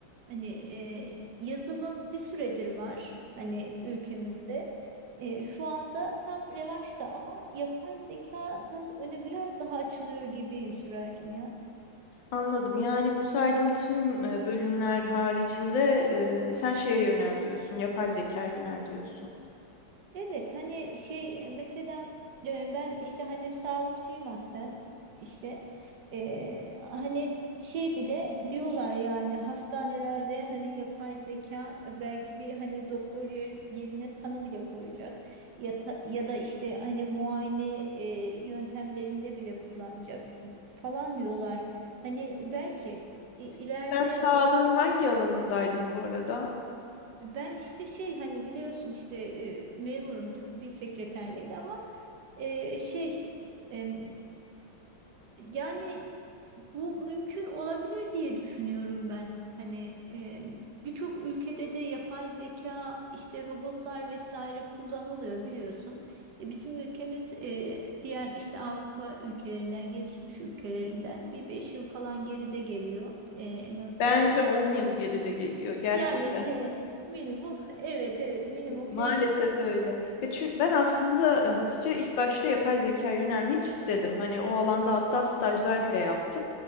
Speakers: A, on the right; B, on the left.
A: Hani e, yazılım bir süredir var hani ülkemizde. E, şu anda tam revaçta ama yapay zekanın önü biraz daha açılıyor gibi Yusra'cığım ya.
B: Anladım. Yani bu saydığım tüm e, bölümler haricinde e, sen şeye yönel diyorsun, yapay zekaya yönel diyorsun.
A: Evet hani şey e, mesela e, ben işte hani sağlıkçıyım aslen işte E, hani şey bile diyorlar yani hastanelerde hani yapay zeka belki bir hani doktor yer- yerine tanı bile koyacak ya, ta- ya da işte hani muayene e, yöntemlerinde bile kullanacak falan diyorlar. Hani belki i- ileride
B: Sen sağlığın hangi alanındaydın bu arada?
A: ben işte şey hani biliyorsun işte e, memurum tıbbi sekreterlik ama e, şey em, yani bu mümkün olabilir diye düşünüyorum ben. Hani e, birçok ülkede de yapay zeka işte robotlar vesaire kullanılıyor biliyorsun. E, bizim ülkemiz e, diğer işte Avrupa ülkelerinden gelişmiş ülkelerinden bir beş yıl falan geride geliyor e, en azından.
B: Bence on yıl geride geliyor gerçekten.
A: Yani <laughs> minimum evet evet minimum
B: Maalesef
A: 5 yıl.
B: öyle. Ya çünkü ben aslında e, Hatice ilk başta yapay zekaya yönelmek istedim. Hani o alanda hatta stajlar bile yaptım.